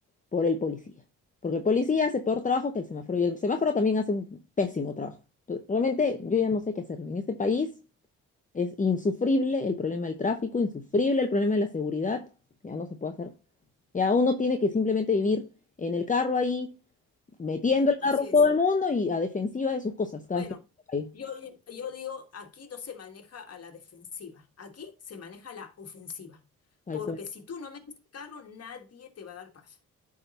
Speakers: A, on the left; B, on the left.
A: por el policía. Porque el policía hace peor trabajo que el semáforo y el semáforo también hace un pésimo trabajo. Entonces, realmente yo ya no sé qué hacer. En este país es insufrible el problema del tráfico, insufrible el problema de la seguridad. Ya no se puede hacer. Ya uno tiene que simplemente vivir en el carro ahí, metiendo
B: eh,
A: el carro
B: así es.
A: todo el mundo y a defensiva de sus cosas cada
B: Bueno,
A: vez que sale a la calle,
B: yo, yo digo, aquí no se maneja a la defensiva, aquí se maneja a la ofensiva,
A: Tal
B: porque
A: cual.
B: si tú no metes el carro, nadie te va a dar paz